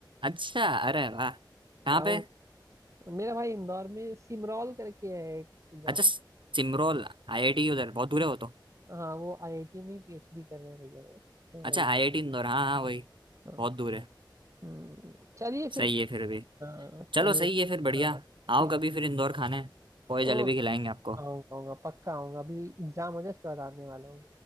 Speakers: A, on the right; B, on the right.
A: अच्छा अरे वाह कहाँ
B: आओ
A: पे
B: मेरा भाई इंदौर में सिमरौल करके है एक गाँव
A: अच्छा सिमरोल आईआईटी उधर बहुत दूर है वो तो
B: हाँ वो आईआईटी में पीएचडी कर रहे हैं भैया वो, तो
A: अच्छा
B: वहीं
A: आईआईटी
B: पे
A: इंदौर हाँ हाँ वही
B: हाँ
A: बहुत दूर है
B: हम्म, चलिए
A: सही
B: फिर
A: है फिर भी
B: हाँ
A: चलो
B: चलिए
A: सही है फिर बढ़िया
B: हाँ ठीक
A: आओ कभी फिर इंदौर खाने पोए
B: ओ
A: जलेबी खिलाएंगे आपको
B: आऊंगा आऊंगा पक्का आऊंगा अभी एग्जाम हो जाए उसके बाद आने वाला हूँ